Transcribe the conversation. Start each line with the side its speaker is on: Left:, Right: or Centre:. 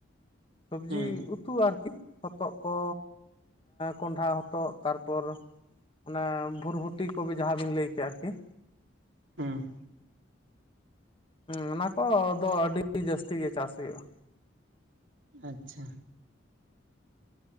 Left: ᱥᱚᱵᱽᱡᱤ
Right: ᱦᱮᱸ
Left: ᱩ ᱩᱛᱩ ᱟᱨᱠᱤ ᱦᱚᱛᱚᱫ ᱠᱚ ᱠᱚᱸᱰᱷᱟ ᱦᱚᱛᱚᱫ ᱛᱟᱨᱯᱚᱨ ᱚᱱᱮ ᱵᱷᱩᱨᱵᱷᱩᱴᱤ ᱠᱚ ᱡᱟᱦᱟᱸ ᱵᱤᱱ ᱞᱟᱹᱭ ᱠᱮᱫᱮᱜᱼᱟ ᱟᱨᱠᱤ
Right: ᱦᱩᱸ
Left: ᱦᱩᱸ ᱚᱱᱟ ᱠᱚᱫᱚ ᱟᱹᱰᱤ ᱡᱟᱹᱥᱛᱤ ᱜᱮ ᱪᱟᱥ ᱦᱩᱭᱩᱜᱼᱟ
Right: ᱟᱪᱪᱷᱟ